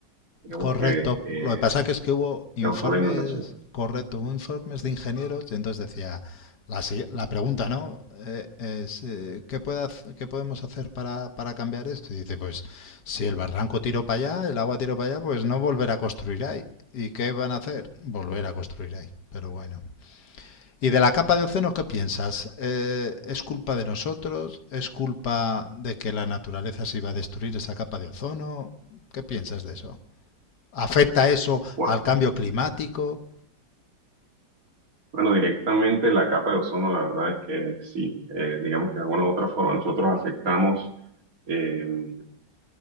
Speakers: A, on the right (about 50°); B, on the left (about 65°).
A: digamos
B: Correcto.
A: que eh,
B: Lo que pasa que es que hubo informes,
A: causó la inundación.
B: correcto, hubo informes de ingenieros y entonces decía, la, si- la pregunta, ¿no? Eh, es, eh, ¿qué puede hac- qué podemos hacer para, para cambiar esto? Y dice, pues si el barranco tiró para allá, el agua tiró para allá, pues no volver a construir ahí. ¿Y qué van a hacer? Volver a construir ahí. Pero bueno. ¿Y de la capa de ozono qué piensas? Eh, ¿es culpa de nosotros? ¿Es culpa de que la naturaleza se iba a destruir esa capa de ozono? ¿Qué piensas de eso? ¿Afecta eso
A: Bueno,
B: al cambio climático?
A: bueno, directamente la capa de ozono, la verdad es que sí, eh, digamos que de alguna u otra forma nosotros afectamos. eh,